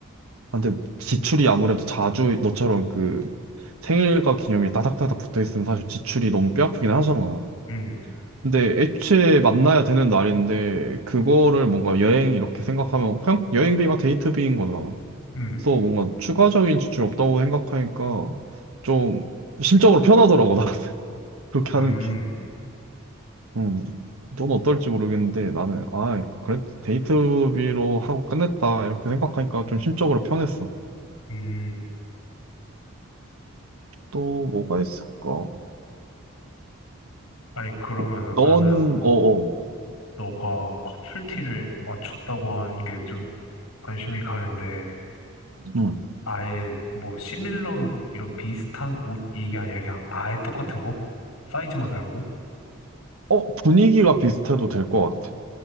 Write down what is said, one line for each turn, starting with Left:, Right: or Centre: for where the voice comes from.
Right: 아, 근데 지출이 아무래도 자주 너처럼 그 생일과 기념일이 따닥따닥 붙어 있으면 사실 지출이 너무 뼈 아프긴 하잖아
Left: 음,
Right: 근데 애초에 만나야 되는 날인데 그거를 뭔가 여행 이렇게 생각하면 그냥 여행비가 데이트비인 거잖아.
Left: 음,
Right: 그래서 뭔가 추가적인 지출이 없다고 생각하니까 좀 심적으로 편하더라고, 나 <laughs> 그렇게 하는
Left: 음,
Right: 게. 음. 넌 어떨지 모르겠는데 나는, 아, 그래도 데이트비로 하고 끝냈다. 이렇게 생각하니까 좀 심적으로 편했어.
Left: 음.
Right: 또 뭐가 있을까?
Left: 아니, 그러면은
Right: 음, 너는,
Left: 나는
Right: 어어.
Left: 너가 커플티를 맞췄다고 하는 게 좀 관심이 가는데,
Right: 음.
Left: 아예 뭐 시밀러룩 이런 비슷한 옷 얘기 아니라 그냥 아예 똑같은 거? 사이즈만 다르고?
Right: 어, 분위기가 비슷해도 될 것 같아.